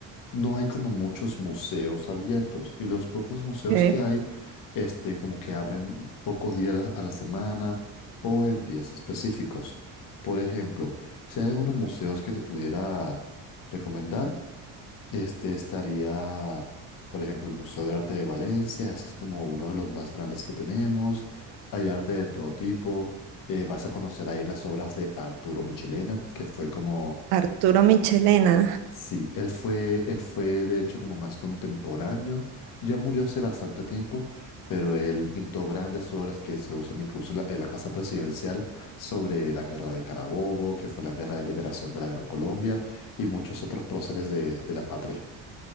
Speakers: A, on the left; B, on the right.
A: no hay como muchos museos abiertos y los pocos museos
B: Ok.
A: que hay, este, como que abren pocos días a la, a la semana o en días específicos. Por ejemplo, si hay algunos museos que te pudiera recomendar, este estaría, por ejemplo, el Museo de Arte de Valencia, ese es como uno de los más grandes que tenemos. Hay arte de todo tipo. eh, vas a conocer ahí las obras de Arturo Michelena, que fue como
B: Arturo Michelena.
A: Sí, él fue, él fue de hecho como más contemporáneo, ya murió hace bastante tiempo, pero él pintó grandes obras que se usan incluso en la, en la Casa Presidencial sobre la Guerra de Carabobo, que fue la Guerra de Liberación de la Gran Colombia y muchos otros próceres de, de la patria.